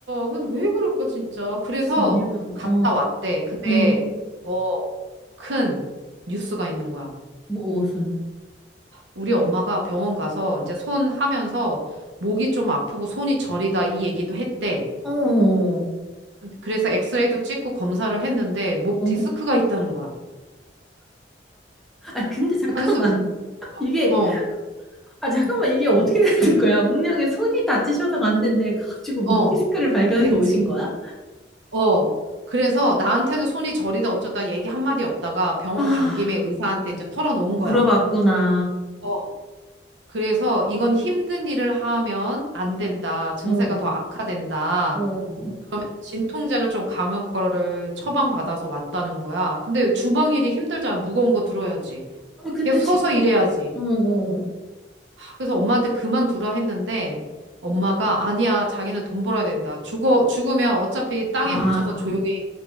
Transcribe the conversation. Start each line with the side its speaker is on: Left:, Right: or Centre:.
Right: 그럼 왜 그럴까, 진짜. 그래서
Centre: 진짜 이해가 안 가.
Right: 갔다
Centre: 어,
Right: 왔대. 근데
Centre: 음,
Right: 더 큰 뉴스가 있는 거야.
Centre: 뭐, 무슨.
Right: 우리 엄마가 병원 가서 이제 손 하면서 목이 좀 아프고 손이 저리다 이 얘기도 했대.
Centre: 어, 어.
Right: 그래서 엑스레이도 찍고 검사를 했는데 목
Centre: 어?
Right: 디스크가 있다는 거야.
Centre: 아, 근데 잠깐만.
Right: 한숨,
Centre: 이게,
Right: 어,
Centre: 아, 잠깐만. 이게 어떻게
Right: 어,
Centre: 되는 거야? 문명이 손이 다치셔서 갔는데, 가가지고 목
Right: 어.
Centre: 디스크를 발견해서
Right: 그랬지.
Centre: 오신 거야?
Right: 어. 그래서 나한테도 손이 저리다 어쩌다 얘기 한마디 없다가 병원
Centre: 아,
Right: 간 김에 의사한테 이제 털어놓은
Centre: 물어봤구나.
Right: 거야. 어. 그래서 이건 힘든 일을 하면 안 된다. 증세가
Centre: 아, 어,
Right: 더 악화된다.
Centre: 어.
Right: 진통제를 좀 강한 거를 처방받아서 왔다는 거야. 근데 주방일이 힘들잖아. 무거운 거 들어야지.
Centre: 아니, 근데
Right: 계속 서서
Centre: 진,
Right: 일해야지.
Centre: 어, 어.
Right: 그래서 엄마한테 그만두라 했는데 엄마가 아니야. 자기는 돈 벌어야 된다. 죽어, 죽으면 어차피 땅에
Centre: 아.
Right: 묻혀서 조용히